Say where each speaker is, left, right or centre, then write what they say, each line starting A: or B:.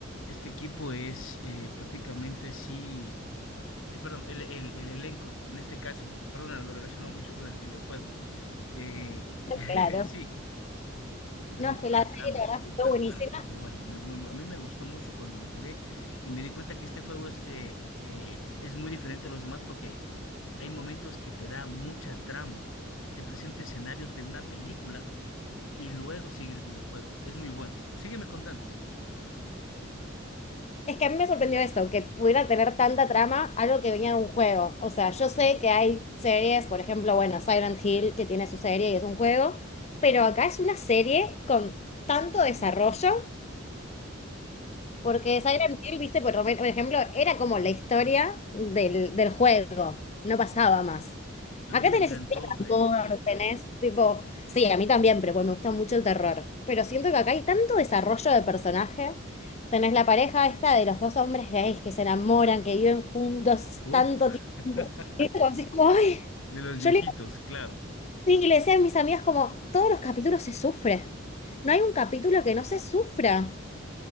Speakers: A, on the left; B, on the left.
A: este equipo es eh, prácticamente sí, eh, perdón, el, el, el elenco en este caso, perdona, lo relaciono mucho con el videojuego. Eh, <laughs>
B: Claro.
A: sí, es
B: No,
A: muy
B: es
A: bueno
B: que la
A: la
B: serie
A: trama, es
B: la
A: súper
B: verdad fue buenísima
A: buena, es súper buena. Me- me- a mí me gustó mucho cuando lo jugué y me di cuenta que este juego es, eh, eh, es muy diferente a los demás porque hay momentos que te da mucha trama. Te presenta escenarios de una película y luego sigue el videojuego. Es muy bueno. Sígueme contando.
B: Es que a mí me sorprendió esto, que pudiera tener tanta trama algo que venía de un juego. O sea, yo sé que hay series, por ejemplo, bueno, Silent Hill, que tiene su serie y es un juego, pero acá es una serie con tanto desarrollo porque
A: Espera.
B: Silent Hill, viste, por, lo men- por ejemplo, era como la historia del, del juego, no pasaba más.
A: A
B: Acá
A: mí me
B: tenés
A: encantó
B: historias
A: Silent
B: de amor,
A: Hill.
B: tenés tipo, sí, a mí también, pero bueno, me gusta mucho el terror. Pero siento que acá hay tanto desarrollo de personaje. Tenés la pareja esta de los dos hombres gays que se enamoran, que viven juntos
A: Uh,
B: tanto tiempo.
A: <laughs>
B: Y es como, así como, ay,
A: de los
B: yo
A: viejitos,
B: le,
A: claro.
B: sí, y le decía a mis amigas como, todos los capítulos se sufre. No hay un capítulo que no se sufra